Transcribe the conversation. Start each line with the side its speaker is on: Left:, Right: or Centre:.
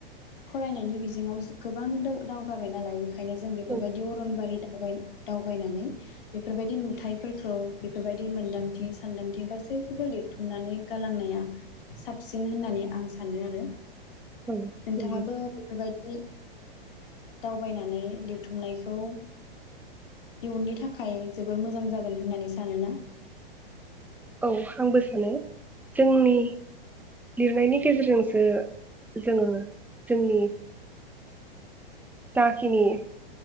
Left: फरायनायनि बिजोङाव गोबां दावगाबाय नालाय बे खायनो जों बेफोरबायदि
Centre: नंगौ
Left: बारि दावबायनानै बेफोरबायदि नुथायफोरखौ बेफोरबायदि मोनदांथि सान्दांथि गासैखौबो लिरथुमनानै गालांनाया साबसिन होननानै आं सानो आरो।
Centre: औ
Left: नोंथाङाबो
Centre: नंगौ
Left: बेफोरबायदि दावबायनानै लिरथुमनायखौ इयुननि थाखाय जोबोर मोजां जागोन होननानै सानोना?
Centre: औ आंबो सानो जोंनि लिरनायनि गेजेरजोंसो जोङो जोंनि जाखिनि